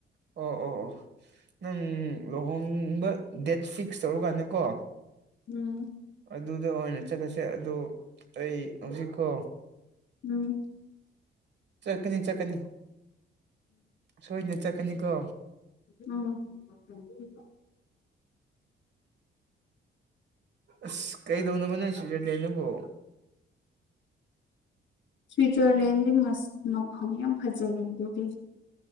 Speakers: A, on the right; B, on the left.
A: ꯑꯣ ꯑꯣ ꯑꯣ ꯅꯪ ꯂꯨꯍꯣꯡꯕ ꯗꯦꯠ ꯐꯤꯛꯁ ꯇꯧꯔꯀꯥꯟꯗ ꯀꯣ
B: ꯎꯝ
A: ꯑꯗꯨꯗ ꯑꯣꯏꯅ ꯆꯠꯂꯁꯦ ꯑꯗꯨ ꯑꯩ ꯍꯧꯖꯤꯛꯀꯣ
B: ꯎꯝ
A: ꯆꯠꯀꯅꯤ ꯆꯠꯀꯅꯤ ꯁꯣꯏꯗꯅ ꯆꯠꯀꯅꯤꯀꯣ
B: ꯑꯥꯎ
A: ꯑꯁ ꯀꯩꯗꯧꯅꯕꯅꯦ ꯁ꯭ꯋꯤꯖꯔꯂꯦꯟꯗꯨꯕꯨ
B: ꯁ꯭ꯋꯤꯠꯖꯔꯂꯦꯟꯗꯤ ꯃꯐꯝ ꯌꯥꯝ ꯐꯖꯕꯗꯨꯗꯤ